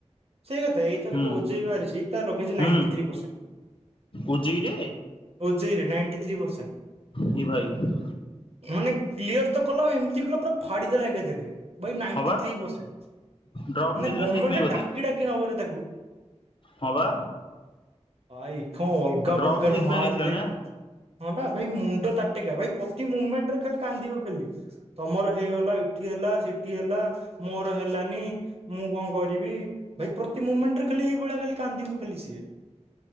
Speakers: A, on the right; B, on the left.
A: ସେଇ କଥା ଏଇଥରକ
B: ହୁଁ
A: ଓ ଯେ ଇ ବାହାରିଛି ତାର ରଖିଚି
B: ହୁଁ
A: ନାଇଣ୍ଟି ଥ୍ରୀ ପରସେଣ୍ଟ।
B: ଉଜିକିରେ
A: ଓ ଜେ ଇ ରେ ନାଇଣ୍ଟି ଥ୍ରୀ ପରସେଣ୍ଟ।
B: ଦି ଭାଇ।
A: ମାନେ କ୍ଲିୟର ତ କଲା ଆଉ ଏମିତି କଲା ପୁରା ଫାଡିଦେଲା ଏକାଥରକେ। ଭାଇ ନାଇଣ୍ଟି
B: ହଁ ବା
A: ଥ୍ରୀ ପସେଣ୍ଟ
B: ଡ୍ରପ୍
A: ମାନେ
B: ନେଇଥିଲା
A: ଗମେଣ୍ଟ
B: ସେଇଥିପାଇଁ ବୋଧେ
A: ଡାକି ଡାକି ନବରେ ତାକୁ।
B: ହଁ ବା।
A: ହଁ ଇଖ ଅଲଗା
B: ଡ୍ରପ୍
A: ପ୍ରକାର
B: ସେଇଥିପାଇଁ
A: ମାର୍କରେ
B: ନେଇଥିଲା ନା
A: ହଁ ବା ଭାଇ ମୁଣ୍ଡ ତା ଟିକା ଭାଇ ପ୍ରତି ମୁମେଣ୍ଟ ରେ ଖାଲି କାନ୍ଦିବ ଖାଲି। ତମର ହେଇଗଲା ଏଠି ହେଲା ସେଠି ହେଲା ମୋର ହେଲାନି। ମୁଁ କଣ କରିବି ଭାଇ ପ୍ରତି ମୁମେଣ୍ଟରେ ଖାଲି ଏଇଭଳିଆ ଖାଲି କାନ୍ଦିବ ଖାଲି ସିଏ।